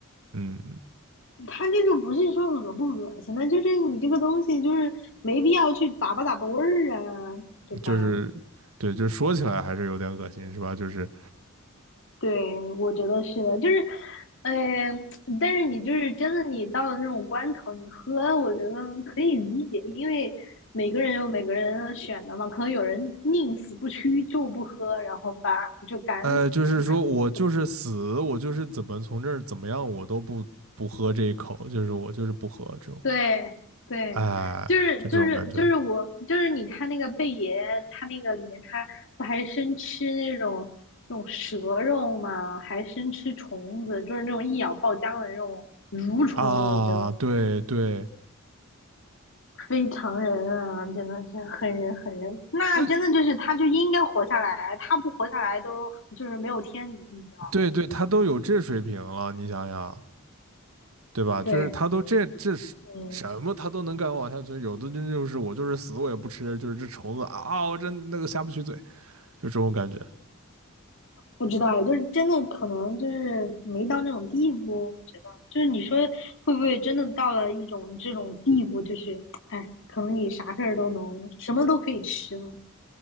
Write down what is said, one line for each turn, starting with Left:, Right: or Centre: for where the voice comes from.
Right: 嗯，
Left: 他这个不是说恶不恶心，那就是你这个东西就是没必要去咂吧咂吧味儿啊，对吧？
Right: 就是对，就是说起来还是有点恶心，是吧？就是
Left: 对，我觉得是的，就是，嗯、但是你就是真的，你到了那种关头，你喝，我觉得可以理解，因为每个人有每个人选择嘛，可能有人宁死不屈就不喝，然后吧就干死了，
Right: 呃，就是说我就是死，
Left: 就渴死了。
Right: 我就是怎么从这儿怎么样，我都不不喝这一口，就是我就是不喝这种，
Left: 对对，
Right: 哎，
Left: 就是就是就是我就是你看那个贝爷，
Right: 就这种感觉
Left: 他那个里面他不还生吃那种那种蛇肉吗？还生吃虫子，就是那种一咬爆浆的那种蠕虫，
Right: 啊，
Left: 我觉得
Right: 对对，
Left: 非常人啊，真的是很人很人。那真的就是他就应该活下来，
Right: 那
Left: 他不活下来都就是没有天理，你知道吗？
Right: 对对，他都有这水平了，你想想，对吧？
Left: 对，
Right: 就是他都这这是什么，
Left: 嗯。
Right: 他都能敢往下去，有的真就是我就是死我也不吃，就是这虫子啊，我真那个下不去嘴，就这种感觉，
Left: 不知道，就是真的可能就是没到那种地步，我觉得就是你说会不会真的到了一种这种地步，就是哎，可能你啥事儿都能，什么都可以吃了。